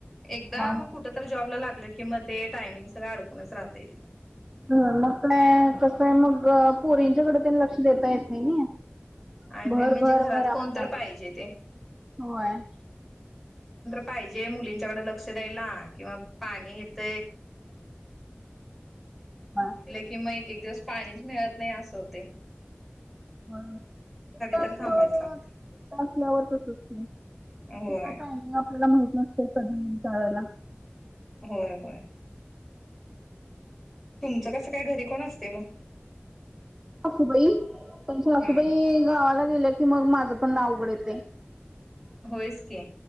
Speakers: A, in the centre; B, on the right.
A: एकदा
B: हा हा
A: मग कुठ तर जॉब लागलं कि म तेायमिंग सगं अडकूनच राहते ति
B: ह मग काय कसं आहे मग पोरींच्याकडे त्यां लक्ष देता येत नाही नाही
A: आणि
B: भर
A: मेन म्हणजे
B: भर
A: घरात
B: भर आपल्या
A: कोण तर पाहिजे ते.
B: होय
A: पाजे मुलींच्याकडे लक्ष द्याय किंवा पाणी येत <inaudible>
B: होय
A: किं मग एक एक दिवस पाणीच मिळत नाही असं होते
B: हा एकट असल्यावर
A: तर थांबायच लागतं.
B: एकट असल्यावरचच होते ठीक
A: होय
B: आहे टायमिंग आपल्याला माहित नसते कधी जा वयला
A: होय होय तुमचं कस काय घरी कोण असते मग
B: हसूबाई पण हसूबाई
A: हम्म
B: गावाला गेले की मग माझं पण नावघड येते
A: होयच की